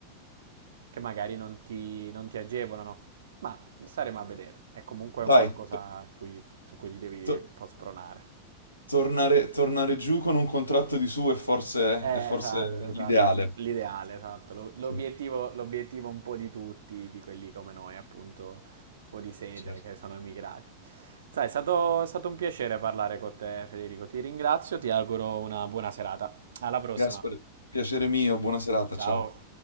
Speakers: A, on the right; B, on the left.
A: che magari non ti, non ti agevolano. Ma staremo a vedere. È comunque
B: Dai,
A: un qualcosa
B: to-
A: a cui- su cui ti devi
B: to-
A: un po' spronare.
B: Tornare, tornare giù con un contratto di su è forse,
A: Eh,
B: è forse
A: esatto, esatto,
B: l'ideale.
A: l'ideale, esatto, Lo- l'obiettivo,
B: Sì,
A: l'obiettivo un po' di tutti, di quelli come noi, appunto, fuori sede,
B: certo.
A: che sono emigrati. Sai, è stato, è stato un piacere parlare con te, Federico, ti ringrazio, ti auguro una buona serata. Alla prossima,
B: Gaspare, piacere mio, buona serata,
A: ciao!
B: ciao.